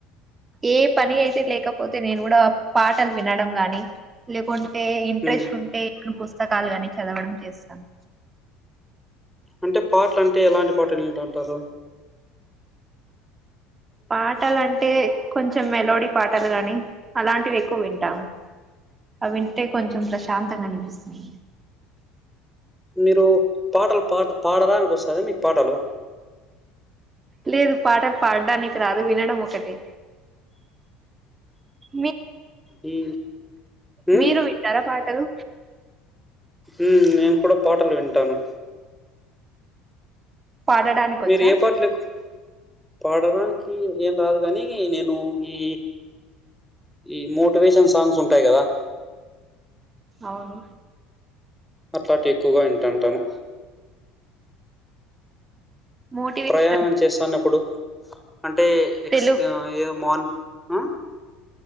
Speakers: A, on the right (about 25°); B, in the centre.
A: ఏ పని అయితే లేకపోతే నేను కూడా పాటలు వినడం గాని లేకుంటే అంటే ఇంట్రెస్ట్
B: ఉమ్,
A: ఉంటే నే పుస్తకాలు గాని చదవడం చేస్తాను
B: అంటే పాటలు అంటే ఎలాంటి పాటలు వింటాంటారు
A: పాటలు అంటే కొంచెం మెలోడీ పాటలు గాని అలాంటివి ఎక్కువ వింటాము అ వింటే కొంచెం ప్రశాంతంగా అనిపిస్తుంది
B: మీరు పాటలు పాడ పాడరానికు వస్తాదా మీకు పాటలు
A: లేదు పాటలు పాడానికి రాదు వినడం ఒకటే మీ
B: ఈ ఉమ్
A: మీరు వింటారా పాటలు
B: ఉమ్ నేను కూడా పాటలు వింటాను
A: పాడడానికి వచ్చా
B: మీరు ఏ పాటలు ఎక్కు- పాడడానికి ఏం రాదు కానీ నేను ఈ ఈ మోటివేషన్ సాంగ్స్ ఉంటాయి కదా
A: అవును
B: అట్లాంటివి ఎక్కువగా వింటా అంటాను
A: మోటివేషన్
B: ప్రయాణం చేస్తన్నప్పుడు అంటే ఎక్స్
A: తెలు
B: ఆ ఏదో మార్నింగ్ అ